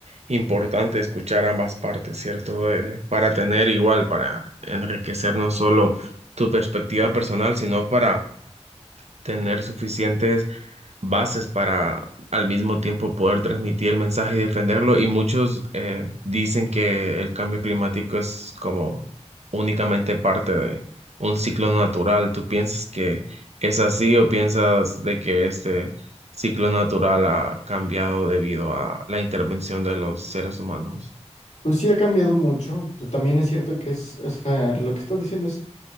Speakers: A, on the right (about 70°); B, on the left (about 80°).
A: importante escuchar ambas partes, ¿cierto? De- de- para tener igual, para enriquecer no solo tu perspectiva personal, sino para tener suficientes bases para al mismo tiempo poder transmitir el mensaje y defenderlo. Y muchos eh, dicen que el cambio climático es como únicamente parte de un ciclo natural. ¿Tú piensas que es así o piensas de que este ciclo natural ha cambiado debido a la intervención de los seres humanos?
B: Pues sí ha cambiado mucho, pero también es cierto que es, o sea, lo que estás diciendo es